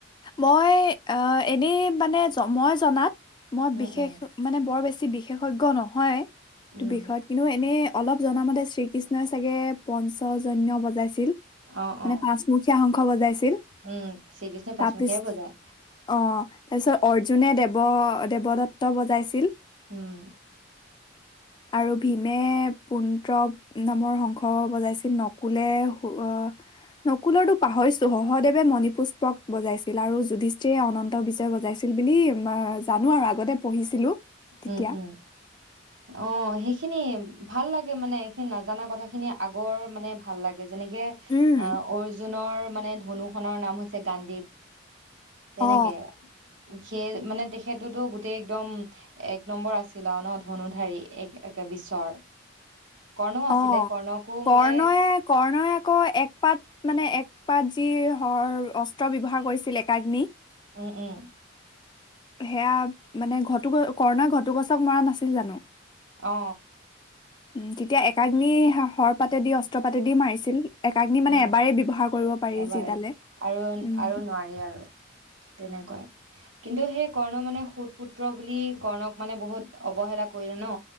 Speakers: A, on the left; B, on the right.
A: মই অ এনেই মানে মই জনাত মই
B: উম,
A: বিশেষ
B: উম,
A: মানে বৰ বেছি বিশেষজ্ঞ নহয় এইটো
B: উম,
A: বিষয়ত কিন্তু এনে অলপ জনামতে শ্ৰীকৃষ্ণই চাগে পঞ্চজন্য বজাইছিল
B: অ',
A: মানে
B: অ',
A: পাঁচমুখীয়া খ বজাইছিল
B: উম শ্ৰীকৃষ্ণ পাঁচমুখীয়াই
A: তাৰপিছ
B: বজায়।
A: অ তাৰপিছত অৰ্জুনে দেৱ দেৱদত্ত বজাইছিল
B: উম
A: আৰু ভীমে পৌণ্ড্ৰ নামৰ শংস বজাইছিল নকুলে আহ নকুলৰটো পাহৰিছো সহদেৱে মণিপুষ্ট ক বজাইছিল আৰু যুধিষ্ঠিৰে অনন্ত বিজয় বজাইছিল বুলি জানো আৰু আগতে পঢ়িছিলো তেতিয়া
B: উম উম অ সেইখিনি ভাল লাগে মানে এইখিনি নাজানা কথা খিনি আগৰ মানে ভাল লাগে যেনেকে
A: উম
B: অ অৰ্জুনৰ মানে ধনু খনৰ নাম হৈছে গান্ধীপ তেনেকে
A: অ
B: সেই মানে তেখেততো গোতেই একদম এক নম্বৰ আছিল আৰু ন ধনুধাৰী একে বিশ্বৰ কৰ্ণ আছিলে
A: অ
B: কৰ্ণকো
A: কৰ্ণয়ে
B: মানে
A: কৰ্ণয়ে আকৌ এক পাত মানে এক পাত যি ৰ অস্ত্ৰ ব্যৱহাৰ কৰিছিল একাগ্নি
B: উম উম
A: সেয়া মানে ঘটুকছ কৰ্ণই ঘটুকছক মৰা নাছিল জানো
B: অ
A: উম তেতিয়া একাগ্নি হৰ পাতেদি দি অস্ত্ৰ পাতেদি মাৰিছিল একাগ্নি মানে
B: উম
A: এবাৰেই ব্যৱহাৰ কৰিব পাৰি
B: এবাৰ
A: যিডালে
B: আৰু
A: উম
B: আৰু নোৱাৰি আৰু তেনেকুৱা কিন্তু সেই কৰ্ণ মানে সুত পুত্ৰ বুলি কৰ্ণক মানে বহুত অৱহেলা কৰিলে ন